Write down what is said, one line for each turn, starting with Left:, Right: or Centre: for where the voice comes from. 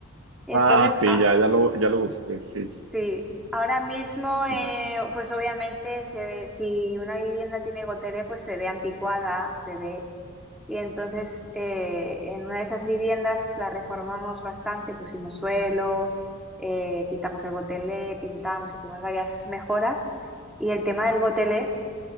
Centre: Y entonces,
Right: Ah, sí,
Centre: ah,
Right: ya, ya lo, ya lo busqué, sí.
Centre: sí, ahora mismo, eh,
Right: Ajá.
Centre: pues obviamente se ve, si una vivienda tiene gotelé, pues se ve anticuada, se ve, Y entonces eh, en una de esas viviendas la reformamos bastante, pusimos suelo, eh, quitamos el gotelé, pintamos, hicimos varias mejoras. Y el tema del gotelé